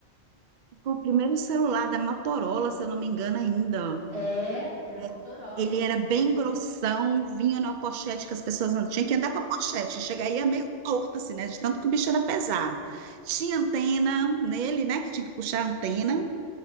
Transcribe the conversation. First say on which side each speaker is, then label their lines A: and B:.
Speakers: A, on the right (about 65°); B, on the right (about 45°).
A: Foi o primeiro celular da Motorola, se eu não me engano, ainda.
B: É,
A: Ele
B: era Motorola.
A: é- ele era bem grossão, vinha numa pochete que as pessoas não tinham que andar com a pochete. Chega aí é meio torto, assim, né? De tanto que o bicho era pesado. Tinha antena nele, né? Que tinha que puxar a antena.